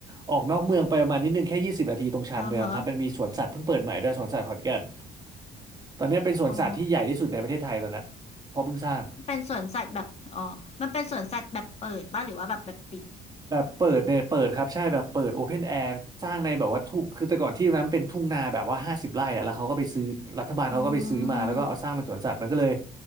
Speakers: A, on the right (about 25°); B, on the left (about 40°).
A: ออกนอกเมืองไปประมาณนิดนึงแค่ยี่สิบนาทีตรงชานเมืองครับมันมีสวนสัตว์เพิ่งเปิดใหม่ด้วยสวนสัตว์ขอนแก่น
B: อ๋อฮะ
A: ตอนเนี้ยเป็นสวนสัตว์ที่ใหญ่ที่สุดในประเทศไทยตอนนี้เพราะเพิ่งสร้าง
B: อ๋อมันเป็นสวนสัตว์แบบอ๋อมันเป็นสวนสัตว์แบบเปิดป่ะหรือว่าแบบแบบปิด
A: แบบเปิดเนี่ยเปิดครับใช่แบบเปิดโอเพนแอร์สร้างในแบบว่าทุ่งคือแต่ก่อนที่ตรงนั้นเป็นทุ่งนาแบบว่าห้าสิบไร่อะแล้วเขาก็ไปซื้อรัฐบาลเขาก็ไปซื้อมาแล้วก็เอาสร้างเป็นสวนสัตว์มันก็เลย
B: อืม